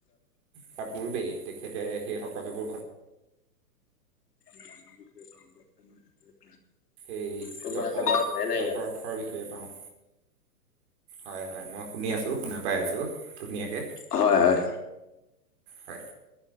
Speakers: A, on the right (about 45°); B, on the left (about 75°).
A: তাৰ পূৰ্বেই তেখেতে সেই সকলোবোৰ ঘট
B: <unintelligible>
A: সেই
B: তোমাৰ
A: দশ
B: এটা কৰা হোৱাই নাই
A: দশৰথৰ
B: ইয়াত
A: বিষয়ে পাওঁ, হয়। হয় মই শুনি আছোঁ, শুনা পাই আছোঁ ধুনীয়াকে।
B: হয় হয়।
A: হয়।